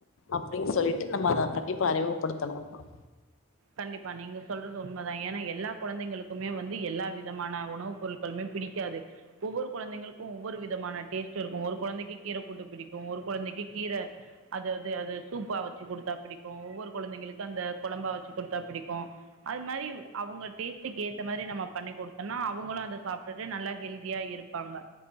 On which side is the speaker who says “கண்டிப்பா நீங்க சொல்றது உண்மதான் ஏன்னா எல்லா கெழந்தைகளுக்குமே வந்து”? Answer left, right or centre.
Right